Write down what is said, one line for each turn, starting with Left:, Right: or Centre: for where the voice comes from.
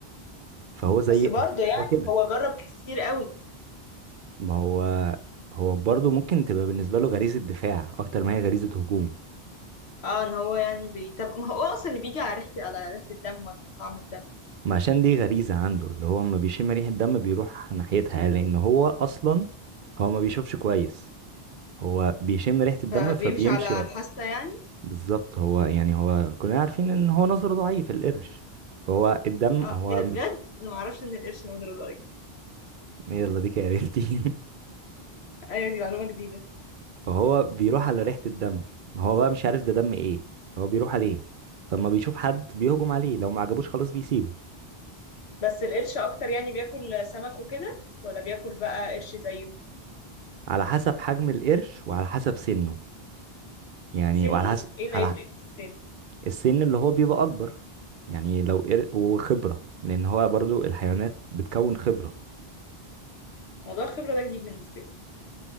Right: فهو زي
Left: بس برضه يعني
Right: هو كده
Left: هو جرب كتير قوي
Right: ما هو هو برضه ممكن تبقى بالنسبة له غريزة دفاع اكتر ما هي غريزة هجوم
Left: اه ان هو يعني بي... طب ما هو اصلا اللي بيجي على ريحة على ريحة الدم ولا طعم الدم
Right: ما عشان دي غريزة عنده اللي هو لما بيشم ريحة دم بيروح ناحيتها لأن هو أصلا هو ما بيشوفش كويس هو بيشم ريحة الدم
Left: فبيمشي
Right: فبيمشي
Left: على
Right: و...
Left: الحاسة يعني
Right: بالظبط هو يعني هو كلنا عارفين إن هو نظره ضعيف القرش فهو الدم
Left: اه
Right: هو
Left: ايه ده بجد
Right: م-
Left: انا ما اعرفش ان القرش نظره ضعيف
Right: يلا ديك عرفتي
Left: ايوه دي معلومة جديدة
Right: <laughs> فهو بيروح على ريحة الدم هو بقى مش عارف ده دم ايه هو بيروح عليه فلما بيشوف حد بيهجم عليه لو ما عجبوش خلاص بيسيبه
Left: بس القرش اكتر يعني بياكل سمك وكده ولا بياكل بقى قرش زيه
Right: على حسب حجم القرش وعلى حسب سنه يعني
Left: سنه
Right: وعلى حسب
Left: ايه اللي
Right: على
Left: هيفرق في السن
Right: السن اللي هو بيبقى اكبر يعني لو قر... وخبره لان هو برضو الحيوانات بتكون خبره
Left: موضوع الخبرة ده جديد بالنسبة لي